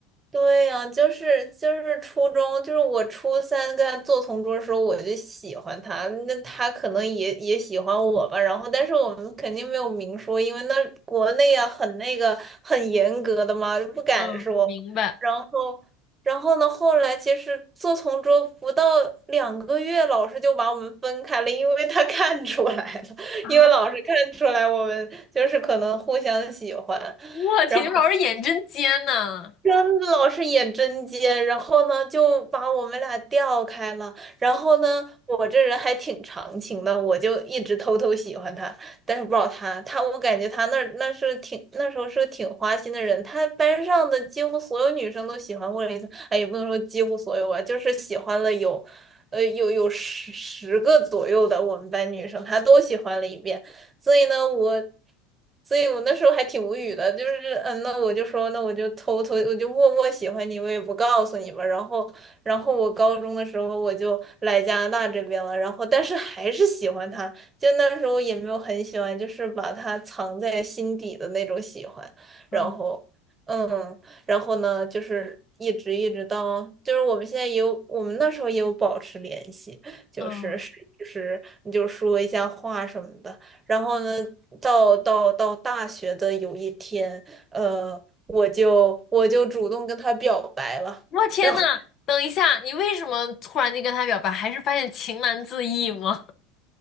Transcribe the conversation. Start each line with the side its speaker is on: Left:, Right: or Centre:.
Right: 对呀，就是就是初中，就是我初三跟他做同桌的时候，我就喜欢他，那他可能也也喜欢我吧。然后，但是我们肯定没有明说，因为那国内啊很那个很严格的嘛，就不敢说。
Left: 嗯，明白。
Right: 然后，然后呢，后来其实做同桌不到两个月，老师就把我们分开了，因为他看出来了，
Left: 啊，
Right: 因为老师看出来我们就是可能互相喜欢。
Left: 我天，
Right: 然后。
Left: 你们老师眼真尖呐！
Right: 真的老是演针尖，然后呢就把我们俩调开了。然后呢，我这人还挺长情的，我就一直偷偷喜欢他，但是不知道他，他我感觉他那儿那是挺那时候是个挺花心的人，他班上的几乎所有女生都喜欢过了一次，哎，也不能说几乎所有吧，就是喜欢了有，呃，有有十十个左右的我们班女生，他都喜欢了一遍。所以呢，我，所以我那时候还挺无语的，就是，嗯，那我就说，那我就偷偷，我就默默喜欢你，我也不告诉你吧。然后，然后我高中的时候我就来加拿大这边了，然后但是还是喜欢他，就那时候也没有很喜欢，就是把他藏在心底的那种喜欢。然后，
Left: 嗯
Right: 嗯，然后呢，就是一直一直到，就是我们现在也有，我们那时候也有保持联系。就是是就是你就说一下话什么的，
Left: 嗯，
Right: 然后呢，到到到大学的有一天，呃，我就我就主动跟他表白了，
Left: 我天呐，
Right: 然后。
Left: 等一下，你为什么突然就跟他表白？还是发现情难自抑吗？